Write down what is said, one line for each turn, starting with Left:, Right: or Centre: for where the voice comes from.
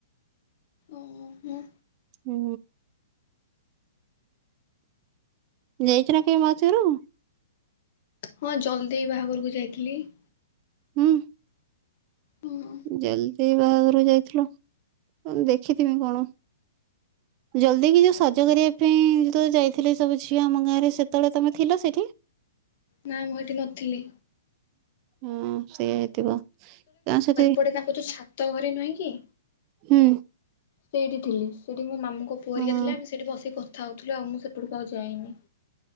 Left: ଓ ହଁ।
Right: ହୁଁ। ଯାଇଛ ନା କେବେ ମାଉସି ଘରୁ?
Left: ହଁ ଜଲଦି ବାହାଘରକୁ ଯାଇଥିଲି ।
Right: ହୁଁ
Left: ହଁ।
Right: ଜଲଦି ବାହାଘରକୁ ଯାଇଥିଲ ଦେଖିଥିମି କଣ ଜଲ୍ଦି କି ଯୋଉ ସଜ କରିବା ପାଇଁ ଯେତେ ବେଳେ ଯାଇଥିଲେ ସବୁ ଝିଅ ଆମ ଗାଁରେ ସେତେବେଳେ ତମେ ଥିଲ ସେଇଠି
Left: ନା ମୁଁ ଏଠି ନଥିଲି
Right: ହଁ ସେଇଆ ହେଇଥିବ ସେ
Left: ପଟେ ତାଙ୍କ ତୋ ଛାତ ଘରେ ନୁହଁ କି?
Right: ହୁଁ
Left: ସେଇଠି ଥିଲି ସେଠି ମୋ ମାମୁଁଙ୍କ ପୁଅରିକା
Right: ହଁ
Left: ଥିଲା ଆମେ ସେଠି ବସିକି କଥା ହଉଥିଲୁ ଆଉ ମୁଁ ସେପଟକୁ ଆଉ ଯାଇନି